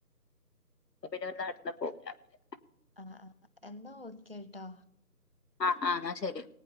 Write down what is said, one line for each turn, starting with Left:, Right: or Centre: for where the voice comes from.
Left: ഇവിടെ പിന്നെ നടന്ന പോവാ രാവിലെ
Right: ആ എന്നാ ഓക്കേ ട്ടോ
Left: ആ ആ എന്നാ ശരി